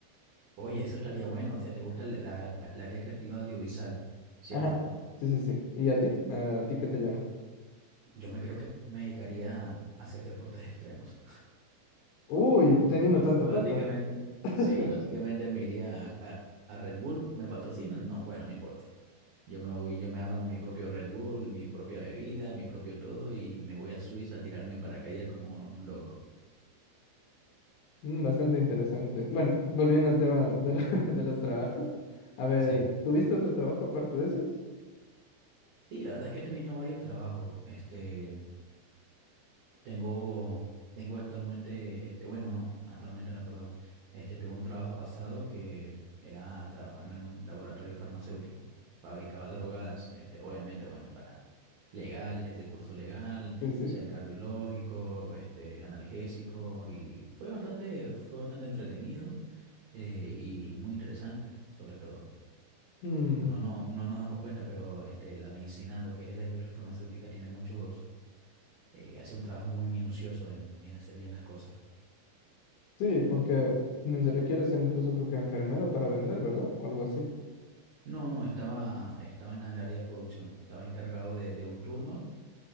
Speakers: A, on the right (about 85°); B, on the left (about 80°).
A: Oye, eso estaría bueno. O sea, te gusta el, la- la- el área creativa audiovisual, ¿cierto?
B: Ajá, sí, sí, sí. ¿Y a ti? ¿A ti qué te llama?
A: Yo me creo que me dedicaría a hacer deportes extremos.
B: Uy, teniendo
A: <laughs>
B: tanta
A: Básicamente,
B: plata. <laughs>
A: sí, básicamente me iría a, a- a Red Bull, ¿me patrocinan? No, bueno, no importa. Yo me voy, yo me armo mi propio Red Bull, mi propia bebida, mi propio todo y me voy a Suiza a tirarme en paracaídas como un loco.
B: Mm, Bastante interesante. Bueno, volviendo al tema de, la- <laughs> de los trabajos. A ver,
A: Sí.
B: ¿tuviste otro trabajo aparte de esos?
A: Sí, la verdad es que he tenido varios trabajos. Este, tengo, tengo actualmente, este, bueno, no, actualmente no, perdón. Este, tuve un trabajo pasado que era trabajar en un laboratorio farmacéutico. Fabricaba drogas, este, obviamente, bueno, para legales, de curso legal,
B: Sí, sí.
A: sea cardiológico, este, analgésico, y fue bastante, fue bastante entretenido eh, y muy interesante, sobre todo.
B: Mm.
A: Uno no, no nos damos cuenta, pero este, la medicina, lo que es la industria farmacéutica, tiene muchos, eh, hace un trabajo muy minucioso en, en hacer bien las cosas.
B: Sí, porque ni se requiere ser incluso creo que enfermero para vender, ¿verdad? O algo así.
A: No, no, estaba, estaba en la- el área de producción, estaba encargado de, de un turno